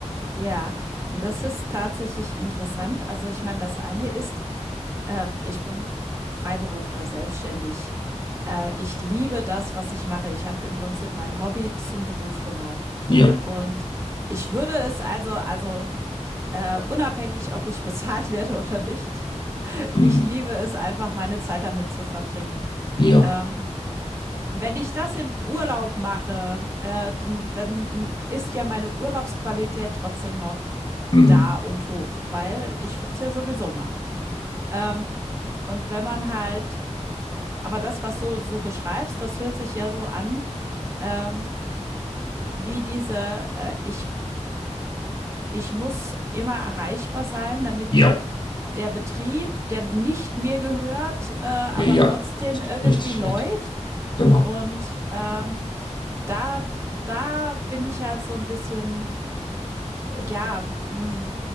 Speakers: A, on the right; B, on the left.
A: ja. Und das ist tatsächlich interessant. Also ich meine, das eine ist, Ähm, ich bin Freiberufler, selbstständig. Äh, ich liebe das, was ich mache. Ich habe im Prinzip mein Hobby zum Beruf gemacht.
B: Ja,
A: Und ich würde es also, also äh, unabhängig, ob ich <laughs> bezahlt werde oder nicht, <laughs>
B: mm,
A: ich liebe es einfach, meine Zeit damit zu verbringen.
B: ja,
A: Ähm, wenn ich das im Urlaub mache, äh, dann, dann ist ja meine Urlaubsqualität trotzdem noch
B: mm,
A: da und hoch, weil ich würde es ja sowieso machen. Ähm, und wenn man halt aber das, was du so beschreibst, das hört sich ja so an, ähm, wie diese, äh, ich, ich muss immer erreichbar sein, damit
B: ja,
A: der Betrieb, der nicht mir gehört, äh, aber
B: ja,
A: trotzdem irgendwie
B: richtig,
A: läuft.
B: richtig. Genau.
A: Und ähm, da, da bin ich halt so ein bisschen, ja, mm,